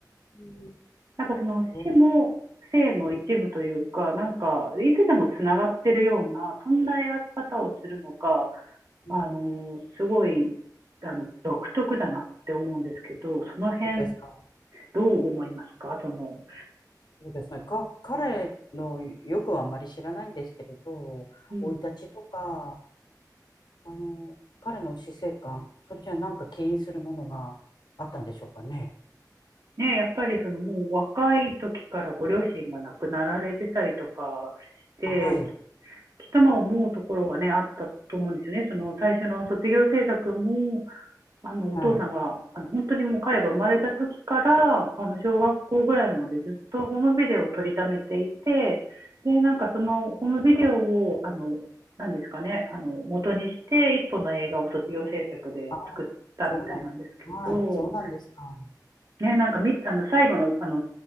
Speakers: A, on the left; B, on the right.
A: うん。
B: なんかその死も生の一部というか、
A: そうです
B: なんかいつでもつながってるような、そんな描き方をするのが、
A: ね。
B: あの、すごい、あの、独特だなって思うんですけど、その辺
A: そうですか。
B: どう思いますかその、
A: うん。そうですね。か、彼のよくはあんまり知らないんですけれど、
B: うん
A: 生い立ちとか、あの、彼の死生観、それじゃなんか起因するものがあったんでしょうかね。
B: ね、やっぱりそのもう若い時からご両親が亡くなられてたりとかして、
A: あはい、
B: きっとまあ思うところがね、あったと思うんですよね。その最初の卒業制作も、あの、お父さんが、
A: はい。
B: あの、本当にもう彼が生まれた時から、あの、小学校ぐらいまでずっとホームビデオを撮りためていて、で、なんかそのホームビデオを、あの、なんですかね、あの、元にして一本の映画を卒業制作で作ったみたいなんですけど、
A: あ、そうなん、はい、そうなんですか。
B: ね、なんかみ、あの、最後の、あの、